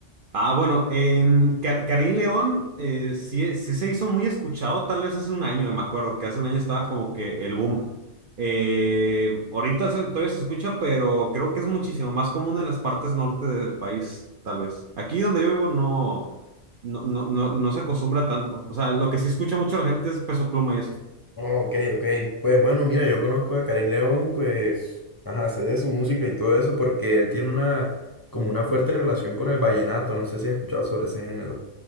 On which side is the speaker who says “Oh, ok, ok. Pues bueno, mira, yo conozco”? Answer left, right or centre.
Left